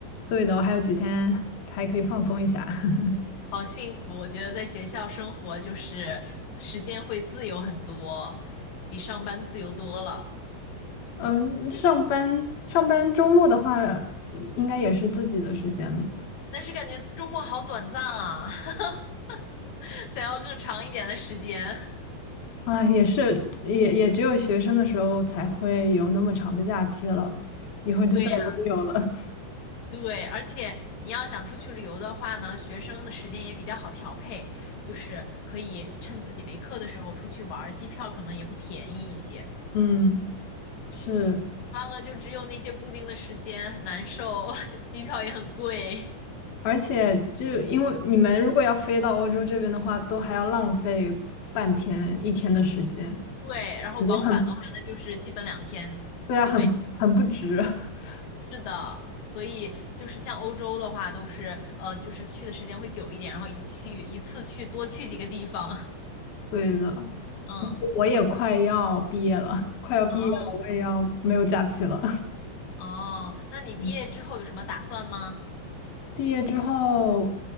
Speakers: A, on the left; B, on the left.
A: 对的，我还有几天还可以放松一下。<laughs>
B: <laughs> 好幸福！我觉得在学校生活就是时间会自由很多，比上班自由多了。
A: 嗯，上班上班周末的话，应该也是自己的时间
B: 但是感觉周末好短暂啊，<laughs> 想要更长一点的时间。
A: 啊，也是也也只有学生的时候才会有那么长的假期了，以后就再也没有了。
B: 对呀，对，而且你要想出去旅游的话呢，学生的时间也比较好调配，就是可以趁自己没课的时候出去玩儿，机票可能也会便宜一些。
A: <laughs> 嗯，是。
B: 完了就只有那些固定的时间，很难受，<laughs> 机票也很贵。
A: 而且就因为你们如果要飞到欧洲这边的话，都还要浪费半天一天的时间，
B: 对，然后往返的话，
A: 感觉很，
B: 那就是基本两天就没。
A: 对啊，很很不值。<laughs>
B: 是的，所以就是像欧洲的话，都是呃，就是去的时间会久一点，然后一去一次去多去几个地方。<laughs>
A: 对的，
B: 嗯，
A: 不过我也快要毕业了，快要毕业了，
B: 哦
A: 我也要没有假期了。
B: 哦，那你毕业之后有什么打算吗？
A: <laughs> 毕业之后